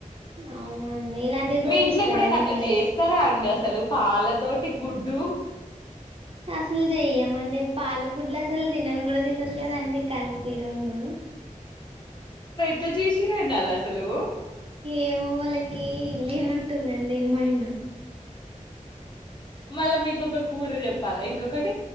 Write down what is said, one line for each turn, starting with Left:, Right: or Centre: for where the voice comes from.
Right: అవునండి ఇలాంటివి కూడా
Left: మీ ఇంట్లో
Right: చూస్తారా
Left: ఎప్పుడైనా
Right: అండి
Left: అట్లా
Right: మీరు
Left: చేస్తారా అండి అసలు తెలుప్ పాల తోటి గుడ్డు
Right: అసలు చెయ్యమంటే పలు గుడ్లు అసలు తినం కూడా తిన్నారురు కదా అండి కలిపి రండు
Left: లా జషిరడుడాలా ససలు
Right: ఏమో వాళ్ళకి లేనట్టుందండి మైండ్
Left: మళ్ళా మీకు ఒకక కూర చెప్పాలా ఇంకొకటి